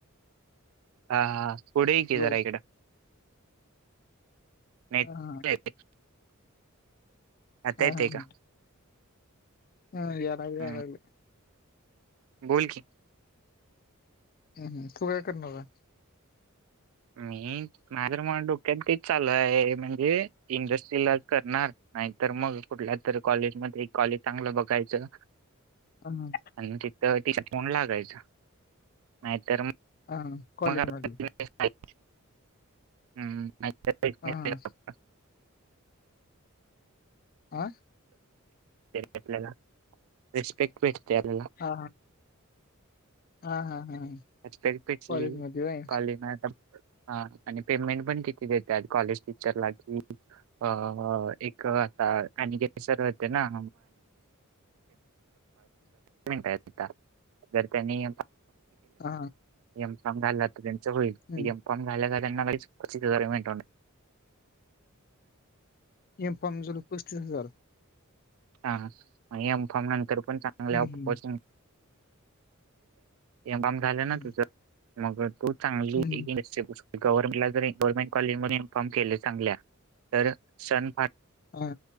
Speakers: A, on the right (about 70°); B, on the left (about 45°).
A: हा हा पुढेही क
B: लो
A: जरा इकडं <inaudible>
B: हा हा
A: आता
B: हा
A: येतय
B: हा हा.
A: का
B: <inaudible>
A: हम्म, बोल की
B: हम् हम तू काय करणार.
A: मी नाही तरर मला डोक्यात तेच चालू आहे म्हणजे इंडस्ट्रीलाज करणार. नाही तर मग कुठल्या तर कॉलेजमध्येध्ये एक कॉलेज चांगलं बघायचं.
B: हा
A: आणि तिथं ति फोन लागायच नाहीतर मग
B: हा
A: मम्
B: कॉलेज मध्ये हा हा आं.
A: आपल्याला रिस्पेक्ट भेटते आपल्याला
B: हा हा हा. हा
A: आरी पटली
B: कॉलेज मध्ये होय
A: कॉले ना आता हा आणि पेमेंट पण किती देतात कॉलेज टीचरला कि अ एक आता आणि के सर होते ना. मिनट जर त्यांनी
B: हा
A: मम घाला त्यांच होईलममा.
B: हम्म.
A: करी वे
B: ए पामजल पस्तीस हजार.
A: हा एम फॉर्म नंतर पण चांगल्यािंग
B: हम्म
A: एबाम झालं
B: हम्म
A: ना तुझं मग तू चांगली.
B: हम्म
A: गव्हर्नमेंटला जरी गव्हर्नमेंट कॉलेज मध इन्फॉर्म केले चांगल्या तर सण फार
B: हो.